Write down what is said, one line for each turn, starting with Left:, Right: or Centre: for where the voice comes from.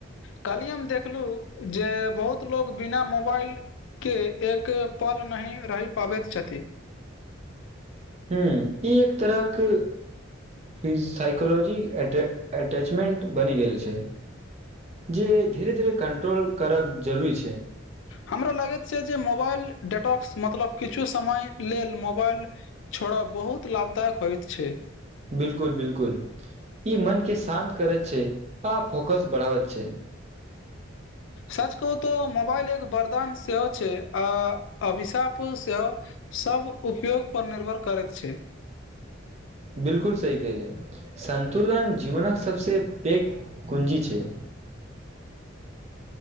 Left: कल्ही हम देखलू जे बहुत लोक बिना मोबाइल के एक पल नहि रहि पाबति छथि
Right: हूं ई एक तरहक फिज साइकोलॉजी अटैच अटैचमेन्ट बनि गेल छै जी धीरे धीरे कंट्रोल करब जरूरी छै
Left: हमरा लागति छै जे मोबाइल डेटाक्स मतलब किछु समय लेल मोबाइल छोड़ब बहुत लाभदायक होइत छै
Right: बिलकुल बिलकुल ई मनके शान्त करैत छै आ फोकस बढ़ावति छै
Left: सच कहू तोऽ मोबाइल एक वरदान सेहो छै आ अभिशाप सेहो सब उपयोग पर निर्भर करति छै
Right: बिलकुल सही केहलिए संन्तुलन जीवनक सबसँ पैघ कुंजी छै